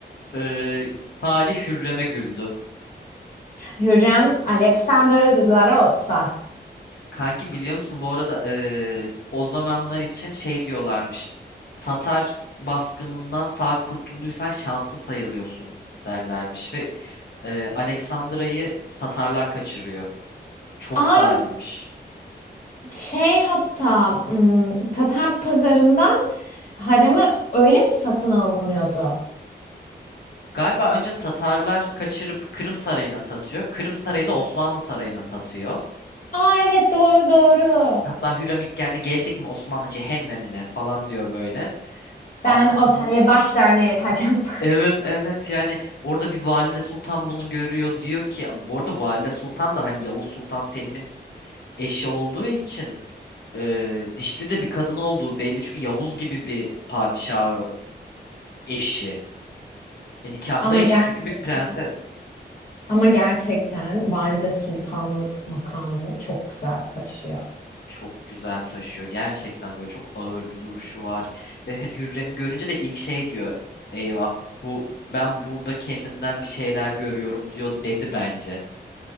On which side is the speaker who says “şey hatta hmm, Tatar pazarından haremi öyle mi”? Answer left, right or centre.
Left